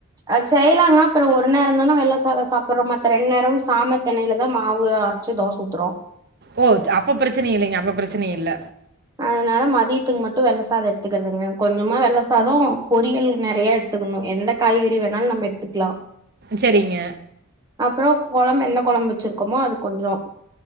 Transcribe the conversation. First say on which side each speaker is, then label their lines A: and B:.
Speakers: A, on the right; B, on the right.
A: அசெய்யலாங்கா அப்புறம் ஒரு நேரம் தானே வெள்ளை சாதம் சாப்பிடுறோம் மத்த ரெண்டு நேரம் சா திண்ணையிலதான் மாவு அரைச்சு தோசை ஊத்துறோம்
B: ஓ அப்ப பிரச்சனை இல்லைங்க அப்ப பிரச்சனை இல்
A: அதனால மதியத்துக்கு மட்டும் வெள்ள சாதம் எடுத்துக்கிறதுங்க கொஞ்சமா வெள்ள சாதம் பொரியல் நிறைய எடுத்துக்கணும் எந்த காய்கறி வேணாலும் நம்ம எடுத்துக்கலாம்
B: சரிங்க
A: அப்புறம் குழம்பு என்ன குழம்பு வச்சிருக்கோமோ அது கொஞ்சம்